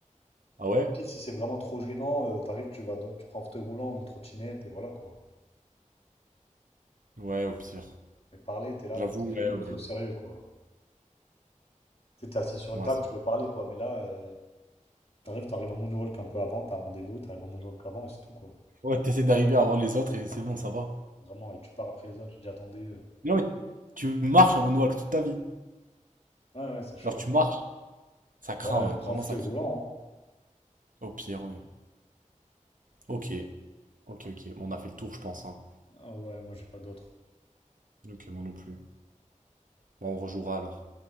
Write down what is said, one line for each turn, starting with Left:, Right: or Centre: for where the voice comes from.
Right: Ah ouais?
Left: Au pire, si c'est vraiment trop gênant, euh, t'arrives, tu vas, dans- tu prends un fauteuil roulant ou une trottinette et voilà quoi.
Right: Ouais, au pire.
Left: Mais parler, t'es là,
Right: J'avoue,
Left: t'es jamais
Right: ouais, ouais.
Left: pris au sérieux quoi. Tu sais, T'es assis sur une
Right: Ouais,
Left: table,
Right: c'est-
Left: tu peux parler quoi. Mais là, euh, t'arrives, t'arrives en moonwalk un peu avant, t'as un rendez-vous, t'arrives en moonwalk avant et c'est tout quoi.
Right: ouais, t'essaies d'arriver avant les autres et c'est bon, ça va.
Left: Vraiment, et tu pars après les autres, tu dis attendez. euh.
Right: Non, mais tu marches en moonwalk toute ta vie.
Left: Ouais, ouais, c'est chaud.
Right: Alors tu
Left: hein.
Right: marches, ça craint,
Left: Bah, je
Right: ouais, vraiment
Left: prends un fauteuil
Right: ça craint.
Left: roulant.
Right: Au pire, ouais. Ok, ok, ok. Bon, on a fait le tour, je pense, hein.
Left: hein. Ah ouais, moi j'ai pas d'autre.
Right: Ok, moi non plus. Bon, on rejouera alors.